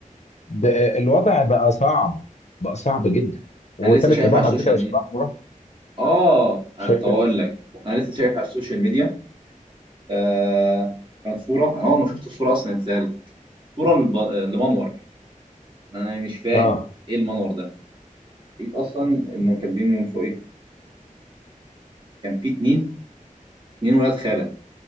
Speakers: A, on the left (about 55°); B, on the right (about 35°).
A: ب- الوضع بقى صعب بقى صعب جدا وثلاث
B: أنا لسه شايف
A: ارباعهم
B: على السوشيال
A: على فكره شباب
B: ميديا
A: مراهقه
B: اه انا
A: شايف
B: طب اقول لك انا لسه شايف على السوشيال ميديا آه كانت صوره انا اول ما شفت الصوره اصلا اتسالت صوره لب... لمنور انا مش فاهم
A: اه
B: ايه المنور ده لقيت اصلا انه كاتبين من فوق ايه كان في اتنين اتنين ولاد خاله